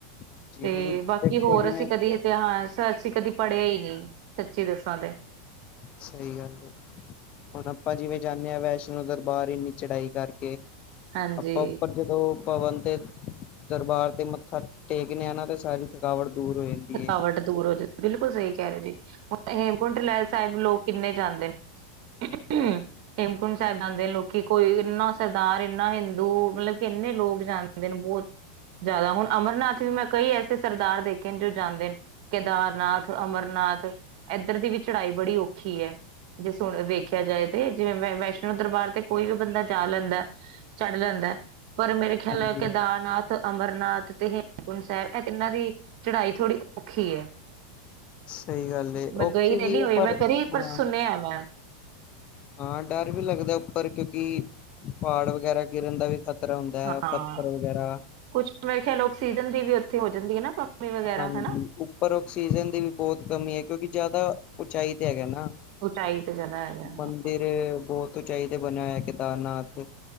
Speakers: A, on the left; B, on the right.
A: ਹਾਂਜੀ
B: ਤੇ
A: ਹੁਣ
B: ਬਾਕੀ
A: ਦੇਖੋ
B: ਹੋਰ
A: ਜਿਵੇਂ
B: ਅਸੀਂ ਕਦੇ ਤੇ ਹਾਂ ਸਰ ਅਸੀ ਕਦੀ ਪੜ੍ਹਿਆ ਹੀ ਨਹੀ ਸੱਚੀ ਦਸਾਂ ਤੇ।
A: ਸਹੀ ਗੱਲ ਹੈ। ਹੁਣ ਆਪਾ ਜਿਵੇਂ ਜਾਂਦੇ ਹਾ ਵੈਸ਼ਨੋ ਦਰਬਾਰ ਇੰਨੀ ਚੜਾਈ ਕਰਕੇ
B: ਹਾਂਜੀ।
A: ਆਪਾਂ ਉੱਪਰ ਜਦੋਂ ਭਵਨ ਤੇ ਦਰਬਾਰ ਤੇ ਮੱਥਾ ਟੇਕਦੇ ਆ ਨਾ ਤੇ ਸਾਰੀ ਥਕਾਵਟ ਦੂਰ ਹੋ ਜਾਂਦੀ
B: ਥਕਾਵਟ
A: ਏ
B: ਦੂਰ ਹੋ ਜਾਂਦੀ ਬਿਲਕੁਲ ਸਹੀ ਕਹਿ ਰਹੇ ਜੀ ਹੁਣ ਹੇਮਕੁੰਟ ਲੈ ਸਾਹਿਬ ਲੋਕ ਕਿੰਨੇ ਜਾਂਦੇ ਨੇ। ਹ ਹੇਮਕੁੰਟ ਸਾਹਿਬ ਜਾਂਦੇ ਨੇ ਲੋਕੀ ਕੋਈ ਇੰਨਾ ਸਰਦਾਰ ਇੰਨਾ ਹਿੰਦੂ ਮਤਲਬ ਕਿ ਇੰਨੇ ਲੋਕ ਜਾ ਨੇ ਬਹੁਤ ਜਾਦਾ ਹੁਣ ਅਮਰਨਾਥ ਵੀ ਮੈਂ ਕਈ ਐਸੇ ਸਰਦਾਰ ਦੇ ਖੇ ਜੋ ਜਾਂਦੇ ਨੇ ਕੇਦਾਰਨਾਥ, ਅਮਰਨਾਥ ਇੱਧਰ ਦੀ ਵੀ ਚੜਾਈ ਬੜੀ ਔਖੀ ਹੈ। ਜੇ ਸੁਣ ਵੇਖਿਆ ਜਾਏ ਤੇ ਜਿਵੇਂ ਵੈਸ਼ਨੋ ਦਰਬਾਰ ਤੇ ਕੋਈ ਵੀ ਬੰਦਾ ਜਾ ਲੈਂਦਾ। ਚੜ ਲੈਂਦਾ ਪਰ ਮੇਰੇ ਖਿਆਲ
A: ਹਾਂਜੀ
B: ਕੇਦਾਰਨਾਥ ਅਮਰਨਾਥ ਤੇ ਹੇਮਕੁੰਟ ਸਾਹਿਬ ਇਹ ਇਹਨਾਂ ਦੀ ਚੜਾਈ ਥੋੜ੍ਹੀ ਔਖੀ ਹੈ।
A: ਸਹੀ ਗੱਲ ਐ,
B: ਮੈਂ
A: ਓਕੇੇ
B: ਗਈ ਤੇ
A: ਵੀ
B: ਨਹੀਂ
A: ਹੈ
B: ਹੋਈ
A: ਪਰ
B: ਮੈਂ ਕਦੀ ਪਰ
A: ਹਾਂ।
B: ਸੁਣਿਆ ਮੈਂ
A: ਹਾਂ ਡਰ ਵੀ ਲੱਗਦਾ, ਉੱਪਰ ਕਿਉਂਕਿ ਪਹਾੜ ਵਗੈਰਾ ਗਿਰਨ ਦਾ ਵੀ ਖਤਰਾ ਹੁੰਦਾ ਹੈ,
B: ਹਾਂ
A: ਪੱਥਰ ਵਗੈਰਾ
B: ਕੁਛ ਮੇਰੇ ਖਿਆਲ ਔਕਸੀਜਨ ਦੀ ਵੀ ਉੱਥੇ ਹੋ ਜਾਂਦੀ ਹੈ ਨਾ ਵਗੈਰਾ
A: ਹਾਂਜੀ
B: ਹਨਾ
A: ਉੱਪਰ ਆਕਸੀਜਨ ਦੀ ਵੀ ਬਹੁਤ ਕਮੀ ਹੈ, ਕਿਉਂਕਿ ਜ਼ਿਆਦਾ ਉਚਾਈ ਤੇ ਹੈਗਾ ਨਾ।
B: ਉਚਾਈ ਤੇ ਜ਼ਿਆਦਾ ਹੈਗਾ ਹਾਂ
A: ਮੰਦਿਰ ਬਹੁਤ ਉਚਾਈ ਤੇ ਬਣਿਆ ਹੋਇਆ, ਕੇਦਾਰਨਾਥ